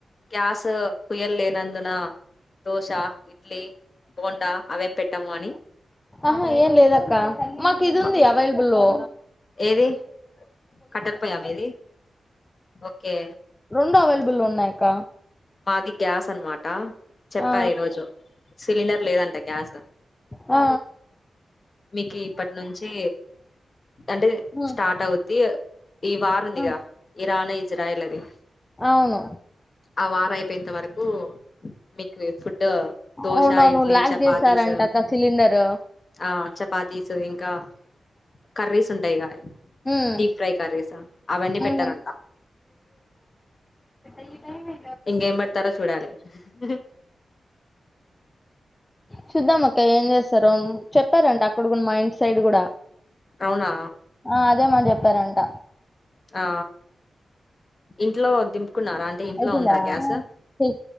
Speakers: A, on the left; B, on the left.
A: గ్యాస్ ఫ్యూయల్ లేనందున దోశ ఇడ్లీ బోండా అవేం పెట్టాము అని
B: ఆహా ఏం లేదక్క మాకు ఇది
A: మ
B: ఉంది అవైలబుల్లో
A: ఏది కట్టెల పొయ్య మీది ఓకే
B: రెండు అవైలబుల్ ఉన్నాయిక్క
A: మాది గ్యాస్ అనమాట చెప్పారు
B: ఆ
A: ఈరోజు సిలిండర్ లేదంట గ్యాస్
B: ఆ
A: మీకు ఇప్పటి నుంచి అంటే
B: ఉమ్
A: స్టార్ట్ అవుద్ది ఈ వారు ఉందిగా
B: ఉమ్
A: ఇరాన్ ఇజ్రాయిల్ అది
B: అవును
A: ఆ వారం అయిపోయినంత వరకు మీకు ఫుడ్ దోశ
B: అవునవును
A: ఇడ్లీ
B: లాక్
A: చపాతీస్
B: చేసారంటక్క సిలిండర్
A: ఆ చపాతీసు ఇంకా కర్రీస్ ఉంటాయి కా
B: ఉమ్
A: డీప్ ఫ్రై కర్రీస్ అవన్నీ పెట్టారంట
B: ఉమ్ హ
A: ఇంకేం పెడతారో చూడాలి ఇ హి
B: చూద్దాం అక్క ఏం చేస్తారో చెప్పారంటే అక్కడ కూడా మా ఇండ్ సైడ్ కూడా
A: అవునా
B: ఆ అదేమని చెప్పారంట
A: ఆ ఇంట్లో దింపు కున్నారా అంటే ఇంట్లో
B: అయిపోయిందా
A: ఉందా గ్యాస్
B: చెయ్